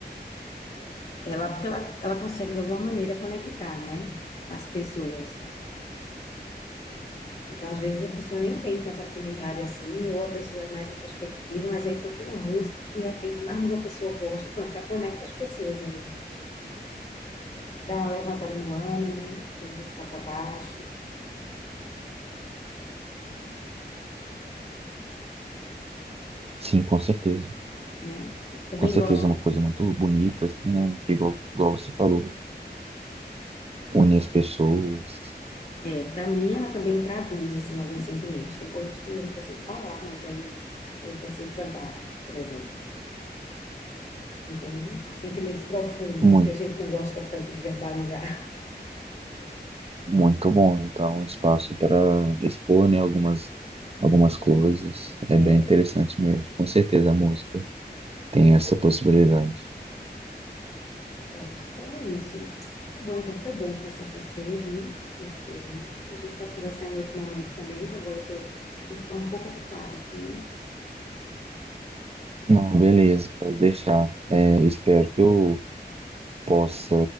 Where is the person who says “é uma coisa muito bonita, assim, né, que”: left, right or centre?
Right